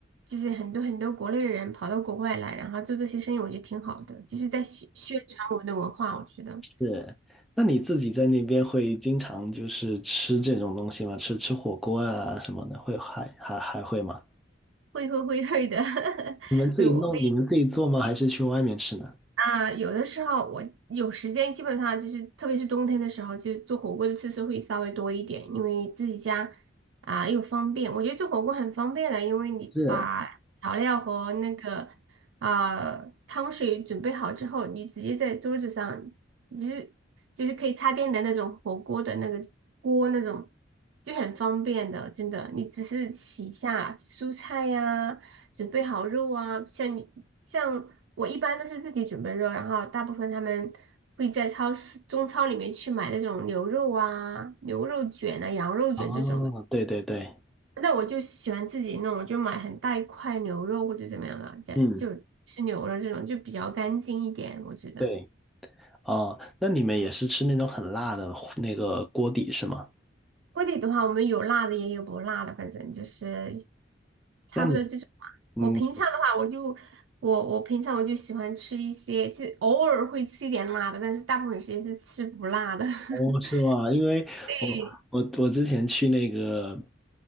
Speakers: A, on the right (about 80°); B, in the centre.
A: 就是很多很多国内的人跑到国外来，然后做这些生意，我觉得挺好的，就是在宣宣传我们的文化，我觉得
B: 是，那你自己在那边会经常就是吃这种东西吗？吃吃火锅啊什么的，会还还还会吗？
A: 会会会会的，<laughs>
B: 你们自己弄，
A: 会我
B: 你们自己做吗？还是去外面吃呢？
A: 啊，有的时候我有时间，基本上就是，特别是冬天的时候，就做火锅的次数会稍微多一点，因为自己家啊又方便。我觉得做火锅很方便的，因为你把调料和那个啊、
B: 是。
A: 汤水准备好之后，你直接在桌子上，你是就是可以插电的那种火锅的那个锅那种，就很方便的，真的。你只是洗一下蔬菜呀、准备好肉啊，像你像我一般都是自己准备肉，然后大部分他们会在超市中超里面去买那种牛肉啊、牛肉卷啊、羊肉卷这种的。
B: 哦，对对对，
A: 那我就喜欢自己弄，我就买很大一块牛肉或者怎么样的，这就吃牛肉这种就比较干净一点，
B: 嗯，
A: 我觉得。
B: 对。哦，那你们也是吃那种很辣的那个锅底是吗？
A: 锅底的话，我们有辣的也有不辣的，反正就是差不多这种吧。
B: 那你，嗯，
A: 我平常的话，我就我我平常我就喜欢吃一些，就偶尔会吃一点辣的，但是大部分时间是吃不辣的。<laughs>
B: 哦，是吗？因为我我我之前去那个
A: 对，